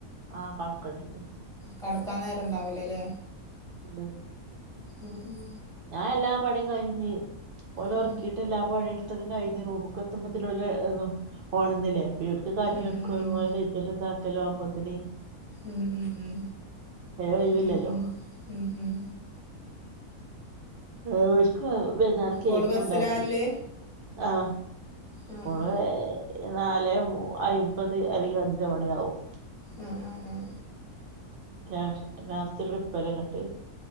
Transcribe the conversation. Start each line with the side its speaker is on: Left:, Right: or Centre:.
Right: ആ കാ ക്കണ്ടീനി
Centre: കെടക്കാൻ നേരം ഇണ്ടാവൂലല്ലേ
Right: ഉള്ള്
Centre: ഉം ഉം
Right: ഞാൻ എല്ലാപണിയുംകഴിഞ്ഞ് ഓലെ
Centre: ഉം
Right: ഒറക്കീട്ട് എല്ലാപണിയെടുത് ഒരുക്കൊക്കെ കഴിഞ്ഞ് റൂമക്കെത്തുമ്പത്തിന് ഓല് ന്ന് പൊണന്നില്ലേ കുട്ടികൾക്ക് കഞ്ഞികൊടുക്കലും
Centre: ഉം ഉം ഉം
Right: ഉമ്മാടെ കഴിക്കലും ഇണ്ടാക്കലും ആകുമ്പോത്തിന്
Centre: ഉം ഉ ഉ
Right: ഒഴിവില്ലല്ലോ
Centre: ഉം ഉ ഉം ഉം
Right: ഓരിക്ക് വൈന്നേരം കേക്കുണ്ടാക്കി
Centre: ഓള് ബസ്സിലാ വരല്
Right: ആ
Centre: ആഹ്
Right: പൊതുവേ നാലേ അയ്മ്പത് അല്ലെങ്കി അഞ്ചുമണിയാകും
Centre: ഉം ഉം ഉം
Right: രാഷ് രാത്രി ത്ര പേരാ അങ്ങട്ട്